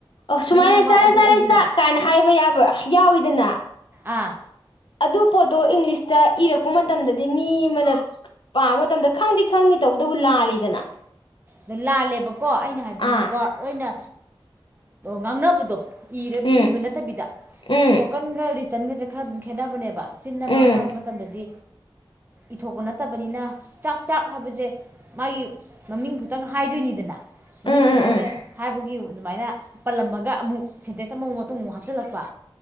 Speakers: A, on the left; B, on the right.
A: ꯑꯣ ꯁꯨꯃꯥꯏꯅ
B: ꯃꯅꯤꯡ ꯃꯃꯥꯡ
A: ꯆꯥꯔꯦ
B: ꯑꯣꯟꯊꯣꯛ
A: ꯆꯥꯔꯦ
B: ꯑꯣꯟꯁꯤꯟꯒ
A: ꯆꯥꯛ ꯀꯥꯏꯅ ꯍꯥꯏꯕ ꯌꯥꯕ ꯌꯥꯎꯋꯤꯗꯅ
B: ꯑꯥ
A: ꯑꯗꯨ ꯄꯣꯠꯇꯣ ꯏꯪꯂꯤꯁꯇ ꯏꯔꯛꯄ ꯃꯇꯝꯗꯗꯤ ꯃꯤ ꯑꯃꯅ ꯄꯥꯕ ꯃꯇꯝꯗ ꯈꯪꯗꯤ ꯈꯪꯅꯤ ꯇꯧꯕꯇꯕꯨ ꯂꯥꯜꯂꯤꯗꯅ
B: ꯑ ꯂꯥꯜꯂꯦꯕꯀꯣ ꯑꯩꯅ ꯍꯥꯏꯕꯗꯤ
A: ꯑꯥ
B: ꯖꯨꯒꯔ ꯂ ꯑꯣꯏꯅ ꯉꯥꯡꯅꯕꯗ
A: ꯎꯝ
B: ꯏꯕ ꯅꯠꯇꯕꯤꯗ
A: ꯎꯝ
B: ꯏꯁꯄꯣꯀꯟꯒ ꯔꯤꯇꯟꯒꯁꯦ ꯈꯔ ꯑꯗꯨꯝ ꯈꯦꯠꯅꯕꯅꯦꯕ ꯆꯤꯟꯅ ꯉꯥꯡꯅꯕ
A: ꯎꯝ
B: ꯃꯇꯝꯗꯗꯤ ꯏꯊꯣꯛꯄ ꯅꯠꯇꯕꯅꯤꯅ ꯆꯥꯛ ꯆꯥꯛ ꯍꯥꯏꯕꯁꯦ ꯃꯥꯒꯤ ꯃꯃꯤꯡ ꯇꯪ ꯍꯥꯏꯗꯣꯏꯅꯤꯗꯅ ꯃꯃꯤꯡ
A: ꯎꯝ
B: ꯈꯛꯇꯪꯅ
A: ꯎꯝ
B: ꯍꯥꯏꯕꯒꯤ ꯑꯗꯨꯃꯥꯏꯅ ꯄꯜꯂꯝꯃꯒ ꯑꯃꯨꯛ ꯁꯦꯟꯗ꯭ꯦꯁ ꯑꯃꯃꯨꯛ ꯃꯇꯨꯡ ꯑꯃꯨꯛ ꯍꯥꯞꯆꯤꯜꯂꯛꯄ